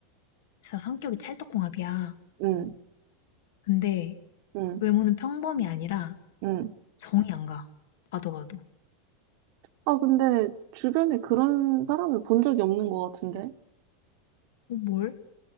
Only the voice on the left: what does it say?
진짜 성격이 찰떡궁합이야.
근데
외모는 평범이 아니라
정이 안 가. 봐도 봐도.
어, 뭘?